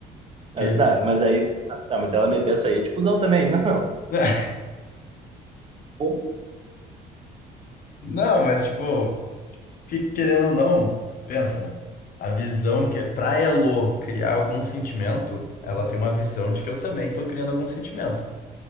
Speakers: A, on the left (about 60°); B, on the right (about 35°).
A: Que.
B: Ah, tá, mas aí, ah, tá, mas ela meteu essa aí, é tipo, usar também. Não, não.
A: <laughs>
B: Pô,
A: Não, mas tipo, que- querendo ou não, pensa, a visão que pra Elo criar algum sentimento, ela tem uma visão de que eu também tô criando algum sentimento.